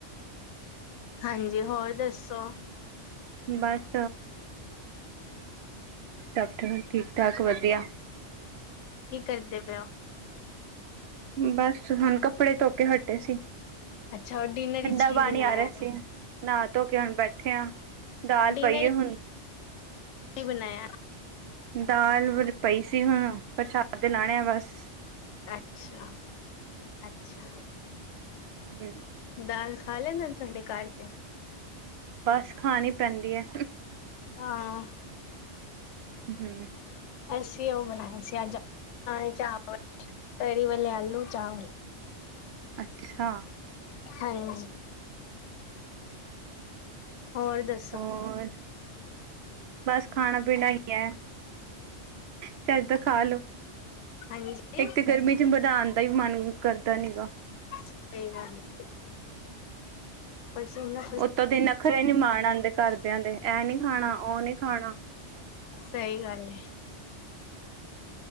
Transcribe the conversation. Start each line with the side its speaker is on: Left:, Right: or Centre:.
Left: ਹਾਂਜੀ, ਹੋਰ ਦੱਸੋ
Right: ਬੱਸ ਸਬ ਠਨੂੰ ਠੀਕ-ਠਾਕ ਵਦੀਆ।
Left: ਕੀ ਕਰਦੇ ਪਏ ਓਂ?
Right: ਬਸ ਹੁਨ ਕੱਪੜੇ ਧੋ ਕੇ ਹਟੇ ਸੀ।
Left: ਅੱਛਾ ਔਰ ਡਿਨਰ
Right: ਠੰਡਾ
Left: ਵਿੱਚ ਕੀ
Right: ਪਾਨੀ
Left: ਬਣਾਇਆ
Right: ਆ ਰਿਆ ਸੀ। ਨਾ ਧੋ ਕੇ ਹੁਨ ਬੈਠੇ ਆਂ, ਦਾਲ
Left: ਡਿਨਰ
Right: ਪਈਏ ਹੁਨ।
Left: ਕੀ ਬਨਾਇਆ?
Right: ਦਾਲ ਪਈ ਸੀ ਹੁਨ, ਪ੍ਰਸ਼ਾਦੇ ਲਾਨੇ ਆ ਬਸ।
Left: ਅੱਛਾ-ਅੱਛਾ।
Right: ਹੂੰ।
Left: ਦਾਲ ਖਾ ਲੈਂਦੇ ਨੇ ਥੋਡੇ ਘਰ ਦੇ।
Right: ਬਸ ਖਾਨੀ ਪੈਂਦੀ ਐ।
Left: ਹਾਂ।
Right: ਹੂੰ।
Left: ਅਸੀਂ ਓ ਬਨਾਇਆ ਸੀ ਅੱਜ ਦਾਲ ਚਾਵਲ ਤਰੀ ਵਾਲੇੇ ਆਲੂ ਚਾਵਲ।
Right: ਅੱਛਾ।
Left: ਹੂੰ। ਹੋਰ ਦੱ
Right: ਹੋਰ ਬਸ ਖਾਣਾ ਪੀਣਾ ਈ ਐ ਚੱਜ ਦਾ ਖਾਲੋੋ।
Left: ਹਾਂਜੀ ਸਹੀ
Right: ਇੱਕ ਤਾਂ ਗਰਮੀ ਚ ਮਧਾਣ ਦਾ ਈ ਮਨ ਕਰਦਾ ਨੀ ਗਾ।
Left: ਸਈ ਗੱਲ ਏ। ਪਰਸੋਂ ਨੂੰ ਨਾ
Right: ਓਤੋਂ ਦੀ ਅੱਖਰੇ ਨੀ ਮਾਣ ਆਂਦੇ ਘਰਦਿਆਂ ਦੇ ਐ ਨੀ ਖਾਣਾ ਓ ਨੀ ਖਾਣਾ।
Left: ਸਈ ਗੱਲ ਏ।